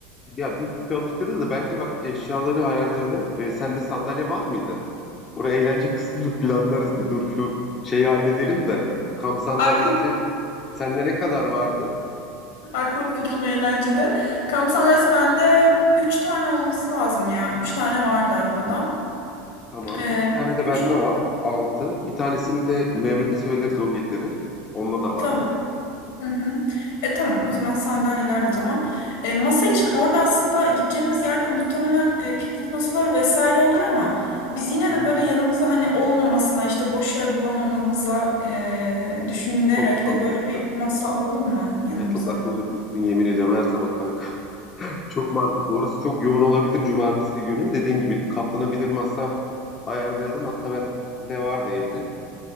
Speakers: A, on the left; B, on the left.
A: Ya biz çalışırız da bence bak eşyaları ayarlayalım. E, sende sandalye var mıydı? Oraya eğlence <laughs> kısmını planlarız. Bir dur şu şeyi halledelim de. Kamp sandalyesi
B: <laughs> Aklım,
A: sende ne kadar vardı?
B: aklım fikrim eğlencede. Kamp sahnesi bende 3 tane olması lazım ya. üç tane vardı arabada.
A: Tamam.
B: Ee,
A: Üç tane de
B: üçünü
A: bende var. Altı. Bir tanesini de Mehmet'e söyleriz o getirir. Onda da vardı.
B: tamam. Hı hı. E tamam o zaman sandalyeler de tamam. E, masa için orada aslında gideceğimiz yerde muhtemelen e, piknik masaları vesaire olur ama biz yine
A: Hı
B: de
A: hı.
B: böyle yanımıza hani olmamasına işte boş yer bulamamamıza e, düşünülerek
A: Çok
B: de
A: mantıklı.
B: böyle bir masa alalım mı yanımıza?
A: Ya çok akıllı kızsın yemin ediyorum her zaman kanka. <laughs> Çok mantıklı. Orası çok yoğun olabilir cumartesi günü. Dediğin gibi katlanabilir masa ayarlayalım. Hatta ben de vardı evde.